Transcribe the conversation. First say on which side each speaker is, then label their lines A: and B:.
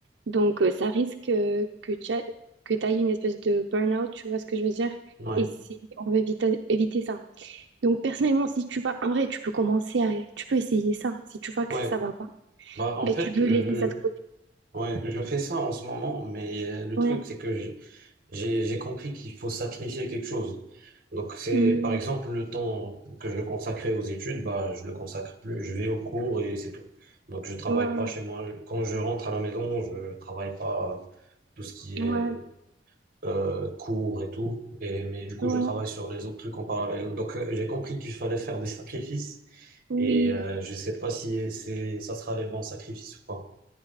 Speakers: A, on the right; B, on the right.
A: Donc, euh, ça risque euh, que tu aies- que tu ailles une espèce de burn-out, tu vois ce que je veux dire?
B: ouais,
A: Et c'est- on veut éviter, éviter ça. Donc, personnellement, si tu vas, en vrai, tu peux commencer à, tu peux essayer ça. Si tu vois que
B: ouais.
A: ça va pas,
B: Bah, en
A: ben,
B: fait,
A: tu peux
B: euh,
A: laisser ça de côté.
B: ouais, je fais ça en ce moment, mais euh, le
A: Ouais.
B: truc, c'est que j'ai j'ai j'ai compris qu'il faut sacrifier quelque chose. Donc, c'est
A: Hmm.
B: par exemple le temps que je consacrais aux études, bah, je le consacre plus, je vais au cours et c'est tout. Donc, je travaille
A: Ouais, ouais,
B: pas chez moi. Quand je rentre à la maison, je travaille pas tout ce qui est
A: ouais,
B: euh, euh, cours et tout. Et, mais du coup,
A: ouais,
B: je travaille sur les autres trucs en parallèle. Donc, euh, j'ai compris qu'il fallait faire des sacrifices.
A: oui.
B: Et euh, je sais pas si c'est, ça sera les bons sacrifices ou pas.